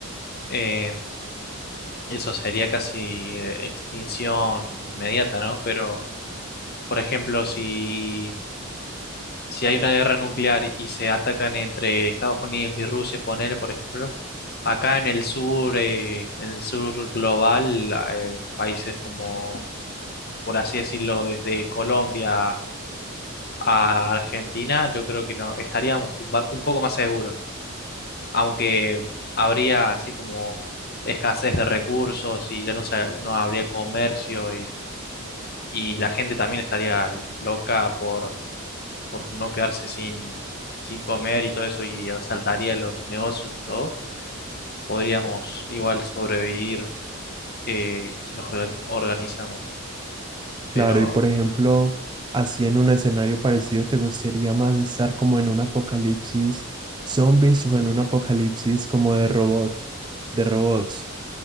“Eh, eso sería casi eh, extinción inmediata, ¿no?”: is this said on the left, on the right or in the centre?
Left